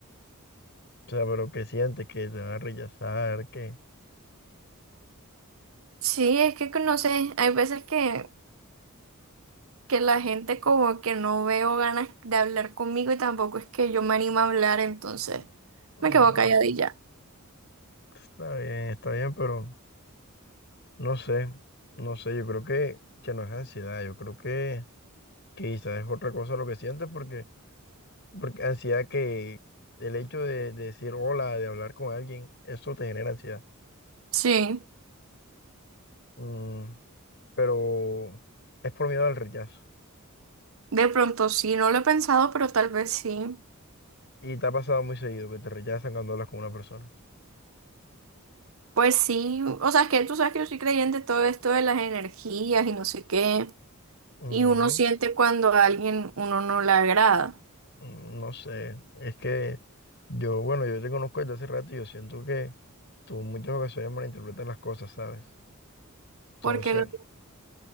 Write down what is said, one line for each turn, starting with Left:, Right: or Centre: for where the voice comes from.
Left: O sea, pero ¿qué sientes? ¿Que te van a rechazar? que
Right: Sí, es que no sé. Hay veces que, que la gente como que no veo ganas de hablar conmigo y tampoco es que yo me animo a hablar, entonces
Left: mm,
Right: me quedo calladilla.
Left: Está bien, está bien, pero no sé, no sé, yo creo que, que no es ansiedad, yo creo que, que quizás es otra cosa lo que sientes porque, porque ansiedad que el hecho de, de decir hola, de hablar con alguien, eso te genera ansiedad.
Right: Sí,
Left: Mm, pero es por miedo al rechazo.
Right: de pronto sí, no lo he pensado, pero tal vez sí.
Left: Y te ha pasado muy seguido que te rechazan cuando hablas con una persona.
Right: Pues sí, o sea, es que tú sabes que yo soy creyente en todo esto de las energías y no sé qué.
Left: Ujú,
Right: Y uno siente cuando a alguien uno no le agrada.
Left: mm, No sé, es que yo, bueno, yo te conozco desde hace rato y yo siento que tú en muchas ocasiones malinterpretas las cosas, ¿sabes? Entonces,
Right: Porque lo